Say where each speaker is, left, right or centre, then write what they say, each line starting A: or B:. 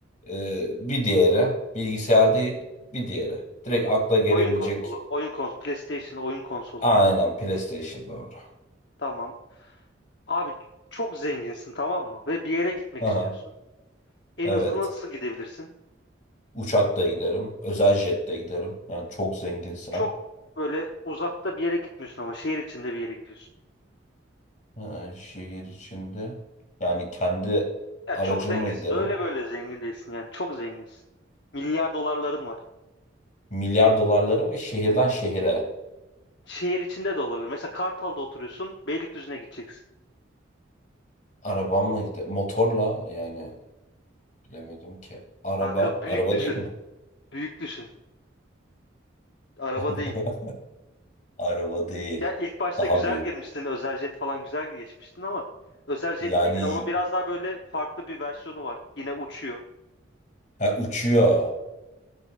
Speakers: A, on the left (about 40°); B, on the left (about 60°).
A: Ee, bir diğeri bilgisayar değil, bir diğeri. Direkt akla
B: E,
A: gelebilecek.
B: oyun konsolu. Oyun konsolu. PlayStation oyun konsolu.
A: Aynen PlayStation doğru.
B: Tamam. Abi çok zenginsin tamam mı? Ve bir yere gitmek
A: Aha,
B: istiyorsun. En
A: evet.
B: hızlı nasıl gidebilirsin?
A: Uçakla giderim, özel jetle giderim. Yani çok zenginsem
B: Çok böyle uzakta bir yere gitmiyorsun ama şehir içinde bir yere gidiyorsun.
A: Ee, şehir içinde. Yani kendi
B: Ya
A: aracımla
B: çok zenginsin.
A: giderim.
B: Öyle böyle zengin değilsin yani. Çok zenginsin. Milyar dolarların var.
A: Milyar dolarlarım ve şehirden şehire
B: Şehir içinde de olabilir. Mesela Kartal'da oturuyorsun. Beylikdüzü'ne gideceksin.
A: arabamla giderim. Motorla yani bilemedim ki. Araba,
B: Kanka
A: araba
B: büyük düşün.
A: değil mi?
B: Büyük düşün. Araba
A: <laughs>
B: değil.
A: Araba değil.
B: Ya ilk başta
A: Daha
B: güzel
A: büyük.
B: girmiştin. Özel jet falan güzel geçmiştin ama özel jet
A: Yani
B: değil de onun biraz daha böyle farklı bir versiyonu var. Yine uçuyor.
A: ha, uçuyor.